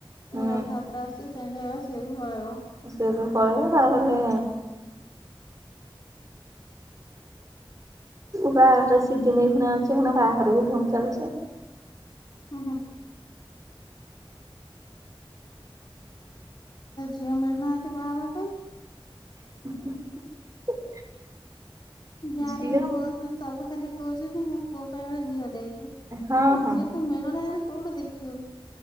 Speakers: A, on the right (about 35°); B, on the left (about 50°).
A: ହୁଁ।
B: ଏଇ ରଥଯାତ୍ରା ଆସୁଛି ସେମିତି ହେଇକି ସିଏବି ପଳେଇବ।
A: ସିଏ ବି ପଳେଇବ ତାପରେ ବାହାଘର ସିଜିନ ଏଇ କୁଣା ଏଇନେ ବାହାଘର ବି ଧୁମ୍ ଚାଲୁଛି।
B: ହୁଁ ହୁଁ। ଝିଅ ମିଳୁନାହାନ୍ତି ବାହା ହବା ପାଇଁ।
A: <inaudible>
B: ଯାହାର
A: ଝିଅ
B: ପୁଅ ସବୁ ଖାଲି କହୁଛନ୍ତି ମୋ ପୁଅ ପାଇଁ ଗୋଟେ ଝିଅ ଦେଖ୍।
A: ହଁ ହଁ।
B: ଝିଅ ତ ମିଳୁନାହାନ୍ତି କୋଉଠି ଦେଖିବୁ